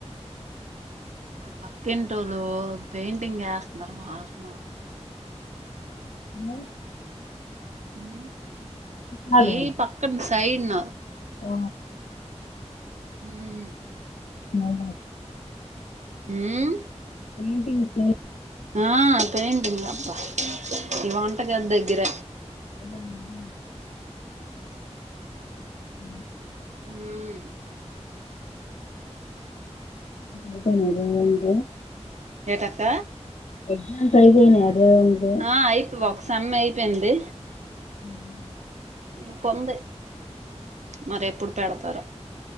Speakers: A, on the right; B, on the left.
A: పక్కింటోళ్ళు పెయింటింగ్ వేస్తన్నారు వాసన
B: ఉ
A: ఉం
B: కాదు
A: ఏ పక్కన్న సైడ్న
B: ఆ
A: మ్మ్
B: మ్మ్
A: ఉం
B: పెయింటింగ్ పే
A: ఆ తెన్ ఈ అబ్బా ఇ వంట గది దగ్గర
B: <unintelligible> ఉ
A: ఉహు
B: అదనేద ఉంది
A: ఏటక్క
B: ఎగ్జామ్స్ అయిపోయినాయట <unintelligible>
A: ఆ అయిపో ఒక సెమ్ అయిపోయింది
B: మ్మ్
A: ఇంకుంది మరి ఎప్పుడు పెడతారో